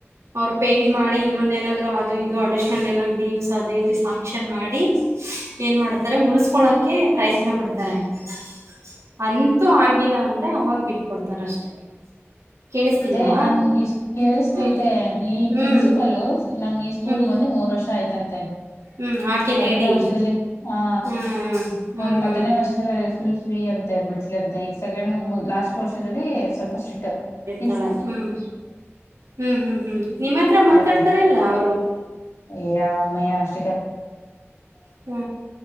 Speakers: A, on the right; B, on the left.
A: ಅವರು ಪೇಡ್ ಮಾಡಿ! ಇನ್ನೊಂದು ಏನಾದ್ರು ಅದು ಇದು ಅಡಿಶ್ನಲ್ ಏನಾದ್ರು ಲೀವ್ಸ್ ಆದ. <unintelligible> ಇದು, ಫಂಕ್ಷನ್, ಮಾಡಿ. ಏನ್ ಮಾಡ್ತಾರೆ! ಉಳಿಸಿಕೊಳೋಕೆ, ಪ್ರಯತ್ನ ಪಡ್ತಾರೆ. <inaudible> ಅಂತೂ, ಆಗಿಲ್ಲ ಅಂದ್ರೆ! ಅವಾಗ ಬಿಟ್ಕೊಡ್ತಾರೆ ಅಷ್ಟೆ... <inaudible> ಕೇಳಿಸ್ತಿಲ್ವಾ
B: ಅದೇ, ನಮ್, ನಿಮ್, ಕೇಳಿಸತೈತ,
A: ಹ್ಮ್
B: ಈ
A: ಹ್ಮ್
B: ಪ್ರಿನ್ಸಿಪಲ್, ನಮ್ ಈ ಸ್ಕೂಲ್,
A: ಹ್ಮ್
B: ಒ. <inaudible> ಇನ್ನು, ಮೂರ್, ವರ್ಷ ಆಯ್ತಂತೆ! <inaudible>
A: ಹ್ಮ್ ಆಕೆ
B: ಮೊದಲನೇ,
A: ಲೇಡಿ
B: ವರ್ಷದಲ್ಲಿ, ಹಾ
A: ಹ್ಮ್ ಹ್ಮ್
B: ಒಂದ್
A: ಹ್ಮ್
B: ಮೊದನೇ ವರ್ಷದಲ್ಲಿ ಫುಲ್. <inaudible> ಫ್ರೀ, ಅಂತೆ, ಬಿಟ್ಟುಳು, ಅಂತೆ ಈಗ ಸೆಕೆಂಡ್ ಲಾಸ್ಟ್, ವರ್ಷದಲ್ಲಿ, ಸ್ವಲ್ಪ ಸ್ಟಿಕ್ಟ್. <inaudible>
A: ಇದ್ದಾಳೆ, ಹ್ಮ್, ಹ್ಮ್, ಹ್ಮ್, ಹ್ಮ್, ನಿಮ್ಮ ಹತ್ರ ಮಾತಾಡ್ತಾರೆ,
B: ಅವಳೇ
A: ಇಲ್ಲ ಅವರು. <inaudible>
B: ಏ, ರಾಮಯ್ಯ.. <inaudible>
A: ಹ್ಮ,